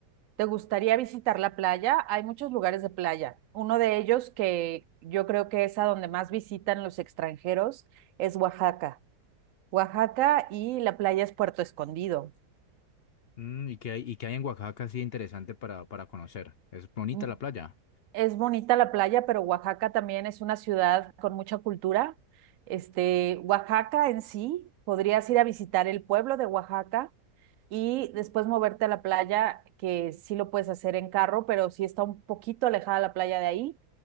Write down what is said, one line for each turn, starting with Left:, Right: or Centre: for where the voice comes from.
Right: ¿te gustaría visitar la playa? Hay muchos lugares de playa. Uno de ellos que yo creo que es a donde más visitan los extranjeros es Oaxaca. Oaxaca y la playa es Puerto Escondido.
Left: Mm, ¿y qué hay, y qué hay en Oaxaca así interesante para, para conocer? ¿Es bonita
Right: Mm,
Left: la playa?
Right: Es bonita la playa, pero Oaxaca también es una ciudad con mucha cultura. Este, Oaxaca en sí, podrías ir a visitar el pueblo de Oaxaca, y después moverte a la playa, que sí lo puedes hacer en carro, pero sí está un poquito alejada la playa de ahí,